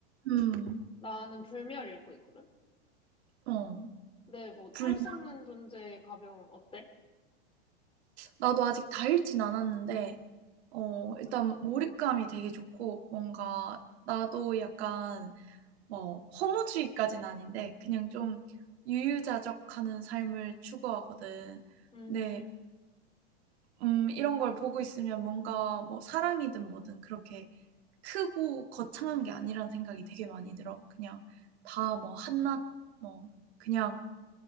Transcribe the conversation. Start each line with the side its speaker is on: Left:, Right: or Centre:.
Right: 음.
Left: 나는 불멸 읽고 있거든?
Right: 어.
Left: 근데 뭐 참을
Right: 불면
Left: 수 없는 존재의 가벼움 어때?
Right: 나도 아직 다 읽진 않았는데 어 일단 몰입감이 되게 좋고 뭔가 나도 약간 뭐 허무주의까진 아닌데 그냥 좀 유유자적하는 삶을 추구하거든.
Left: 음,
Right: 네. 음 이런 걸 보고 있으면 뭔가 뭐 사랑이든 뭐든 그렇게 크고 거창한 게 아니란 생각이 되게 많이 들어. 그냥 다 뭐 한낱 뭐 그냥